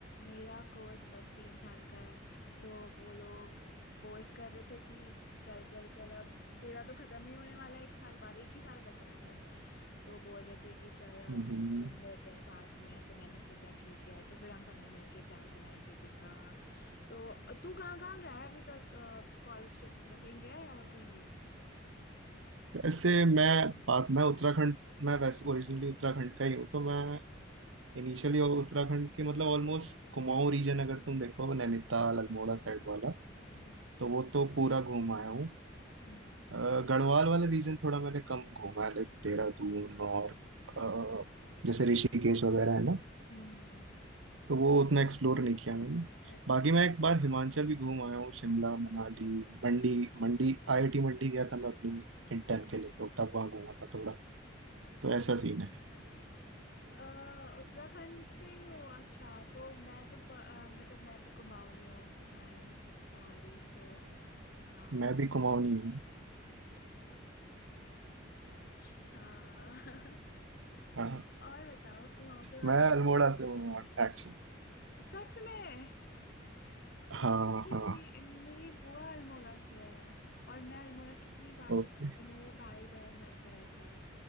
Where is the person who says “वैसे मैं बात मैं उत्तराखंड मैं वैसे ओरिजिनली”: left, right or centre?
Right